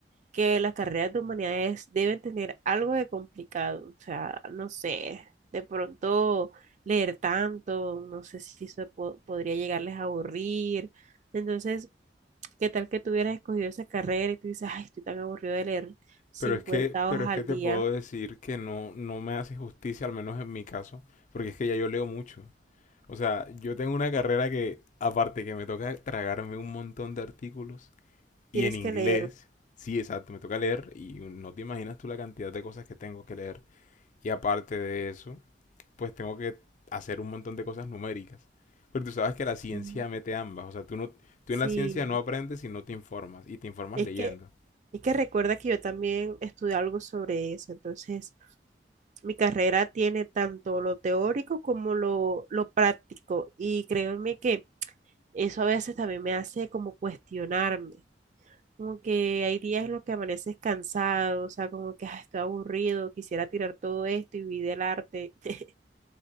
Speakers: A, on the right; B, on the left.
A: que las carreras de humanidades deben tener algo de complicado, o sea, no sé, de pronto leer tanto, no sé si eso po- podría llegarles a aburrir. Entonces, ¿qué tal que tú hubieras escogido esa carrera y tú dices, ay, estoy tan aburrido de leer 50
B: Pero es que, pero
A: hojas
B: es
A: al
B: que te
A: día?
B: puedo decir que no, no me hace justicia, al menos en mi caso, porque es que ya yo leo mucho. O sea, yo tengo una carrera que, aparte que me toca tragarme un montón de artículos,
A: Tienes
B: y en inglés,
A: que leer.
B: sí, exacto, me toca leer, y no te imaginas tú la cantidad de cosas que tengo que leer. Y aparte de eso, pues tengo que hacer un montón de cosas numéricas. Pero tú sabes que la ciencia
A: Mm,
B: mete ambas, o sea, tú no, tú
A: Sí,
B: en la ciencia no aprendes si no te informas, y te informas
A: es
B: leyendo.
A: que, es que recuerda que yo también estudié algo sobre eso, entonces Mi carrera tiene tanto lo teórico como lo, lo práctico y créeme que eso a veces también me hace como cuestionarme, como que hay días en los que amaneces cansado, o sea, como que "Ah, estoy aburrido, quisiera tirar todo esto y vivir del arte, <laughs>